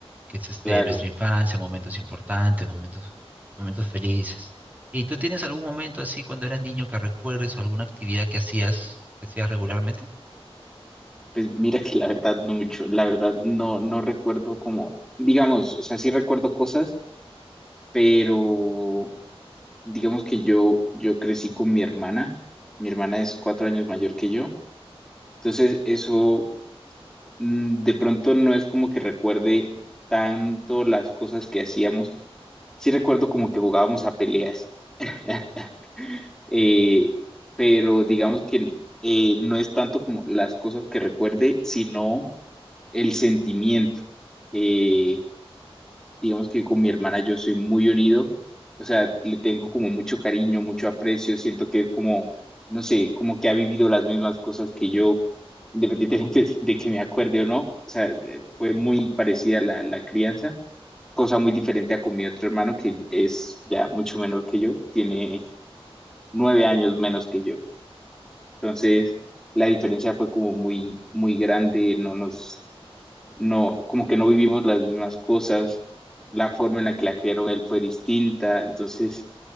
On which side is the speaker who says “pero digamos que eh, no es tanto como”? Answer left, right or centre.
Centre